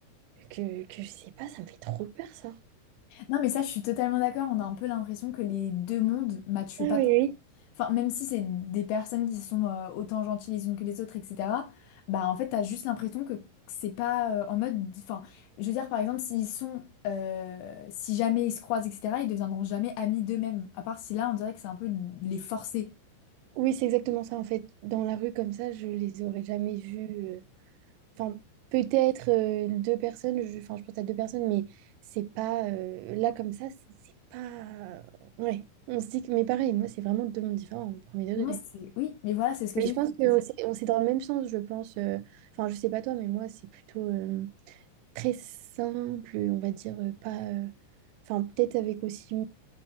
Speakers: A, on the right (about 85°); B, on the left (about 75°).
A: que, que je sais pas, ça me fait trop peur ça.
B: Non mais ça, je suis totalement d'accord. On a un peu l'impression que les deux mondes matchent
A: ah
B: pas
A: oui oui,
B: Enfin, même si c'est des personnes qui sont euh, autant gentilles les unes que les autres, etc., bah en fait, t'as juste l'impression que c'est pas euh, en mode. Enfin, je veux dire, par exemple, s'ils sont. euh, si jamais ils se croisent, etc., ils deviendront jamais amis d'eux-mêmes. À part si là, on dirait que c'est un peu les forcer.
A: Oui, c'est exactement ça. En fait, dans la rue comme ça, je les aurais jamais vus. euh, Enfin, peut-être euh, deux personnes. Je... Enfin, je pense à deux personnes, mais c'est pas euh, là comme ça. C'est c'est pas. Ouais. On se dit que. Mais pareil, moi, c'est vraiment deux mondes différents au premier
B: Moi,
A: degré.
B: c'est. Oui, mais voilà, c'est ce que
A: Mais
B: je
A: je
B: veux
A: pense
B: dire.
A: que c'est on c'est dans le même sens. Je pense. euh, Enfin, je sais pas toi, mais moi, c'est plutôt euh, très simple. On va dire euh, pas. euh, Enfin, peut-être avec aussi.